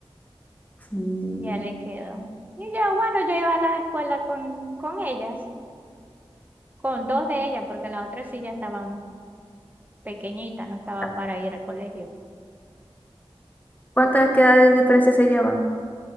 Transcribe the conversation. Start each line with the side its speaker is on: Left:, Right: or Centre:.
Left: Sí.
Right: ya le quedó. Y yo, bueno, yo iba a la escuela con, con ellas, con dos de ellas, porque la otra sí ya estaba pequeñita, no estaba
Left: Ah,
Right: para ir al colegio.
Left: ¿Cuántas qué edades de diferencia se llevan?